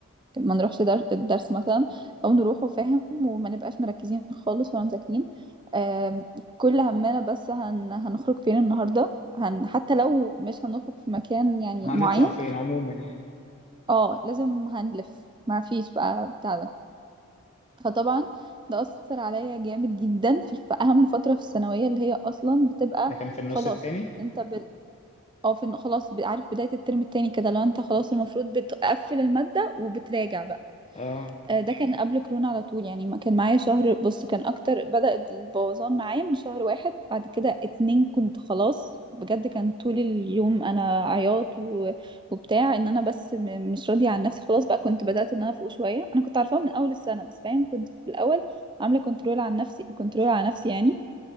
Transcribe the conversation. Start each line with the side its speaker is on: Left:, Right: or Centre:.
Right: ما نروحش در- الدرس مثلا أو نروحه فاهم وما نبقاش مركزين خالص ولا مذاكرين آم، كل همنا بس هن هنخرج فين النهاردة هن حتى لو مش هنخرج في مكان يعني
Left: هنطلع
Right: معين
Left: فين عموما يعني
Right: اه لازم هنلف ما فيش بقى بتاع ده فطبعا ده أثر عليا جامد جدا في في أهم فترة في الثانوية اللي هي أصلا بتبقى
Left: ده كان في النص
Right: خلاص
Left: التاني
Right: انت اه في الن- خلاص ب- عارف بداية الترم التاني كده لو انت خلاص المفروض بتقفل المادة وبتراجع بقى
Left: اه
Right: آه، ده كان قبل كورونا على طول يعني ما كان معايا شهر بص كان اكتر بدأ البوظان معايا من شهر واحد بعد كده اتنين كنت خلاص بجد كان طول اليوم انا عياط و... وبتاع ان انا بس م... مش راضية عن نفسي خلاص بقى كنت بدأت ان انا فوق شوية انا كنت عارفاها من اول السنة بس فاهم كنت في الاول عاملة كنترول عن نفسي كنترول على نفسي يعني